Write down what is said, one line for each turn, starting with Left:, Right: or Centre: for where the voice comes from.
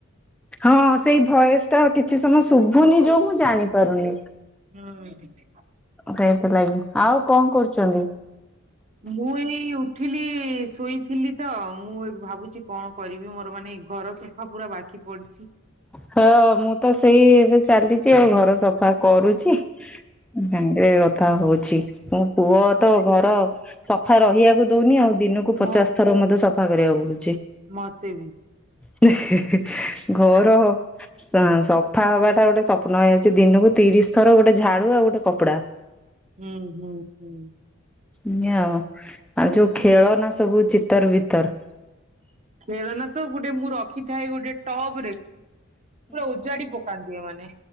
Centre: ହଁ ସେଇ ଭଏସ୍ ଟା କିଛି ସମୟ ଶୁଭୁନି ଯୋଉ ମୁଁ ଜାଣିପାରୁନି।
Right: ହୁଁ‌।
Centre: ସେଇଥିଲାଗି ଆଉ କଁ କରୁଛନ୍ତି?
Right: ମୁଁ ଏଇ ଉଠିଲି ଶୋଇଥିଲି ତ ମୁଁ ଏବେ ଭାବୁଚି କଣ କରିବି ମୋର ମାନେ ଘର ସଫା ପୁରା ବାକି ପଡିଚି।
Centre: ହଁ ମୁଁ ତ ସେଇ ଏବେ ଚାଲିଚି ଆଉ ଘର ସଫା କରୁଚି। ଭାଙ୍ଗରେ କଥା ହଉଛି ଉଁ। ପୁଅ ତ ଘର ସଫା ରହିଆକୁ ଦଉନି ଆଉ ଦିନକୁ ପଚାଶ
Right: ମୁଁ
Centre: ଥର ମତେ ସଫା କରିବାକୁ ପଡୁଚି।
Right: ମତେ ବି
Centre: <unintelligible>
Right: ହଁ
Centre: ଘର ସଫା ହବାଟା ଗୋଟେ ସ୍ୱପ୍ନ ହେଇଯାଉଚି ଦିନକୁ ତିରିଶ ଥର ଗୋଟେ ଝାଡୁ ଆଉ ଗୋଟେ କପଡା।
Right: ହୁଁ ହୁଁ ହୁଁ।
Centre: ଏଇଆ ଆଉ ଆଉ ଯୋଉ ଖେଳ ନା ସବୁ ଚିତର ବିତର
Right: ଖେଳନା ତ ଗୋଟେ ମୁଁ ରଖିଥାଏ ଗୋଟେ ଟପ ରେ। ପୁରା ଓଜାଡି ପକାନ୍ତିି ଏମାନେ।